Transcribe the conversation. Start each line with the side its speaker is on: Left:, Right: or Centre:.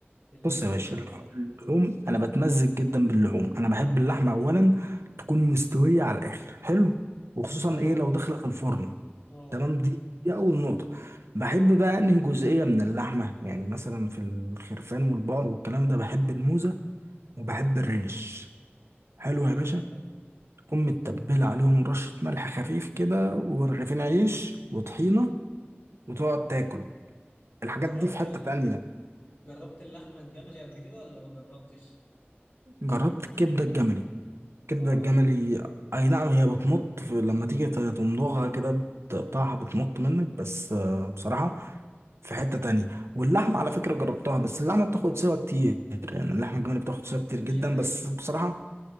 Left: في اللحوم
Right: بص يا باشا
Left: والحاجات دي
Right: اللحوم انا بتمزج جدا باللحوم انا بحب اللحمه اولا تكون مستويه على الاخر حلو وخصوصا
Left: لا
Right: ايه لو دخلت الفرن
Left: اه
Right: تمام دي دي اول نقطه بحب بقى انهي جزئيه من اللحمه يعني مثلا في الخرفان والبقر والكلام ده بحب الموزه وبحب الريش حلو
Left: جمدان
Right: يا باشا
Left: ده
Right: تكون متبلة عليهم رشة ملح خفيف كده ورغيفين عيش وطحينة وتقعد تاكل الحاجات
Left: جربت
Right: دي في حتة
Left: ال...
Right: تانية
Left: جربت اللحمه الجملي قبل كده ولا ما جربتش
Right: جربت الكبدة الجملي الكبدة
Left: اه
Right: الجملي أي نعم هي بتمط في- لما تيجي ت- تمضغها كده بتقطعها بتمط منك بس آه، بصراحة في حتة تانية واللحمة على فكرة جربتها بس اللحمة بتاخد سوا كتير يعني اللحمة الجملي بتاخد سوا كتير
Left: <laughs> دي
Right: جدا
Left: حقيقة
Right: بس بصراحة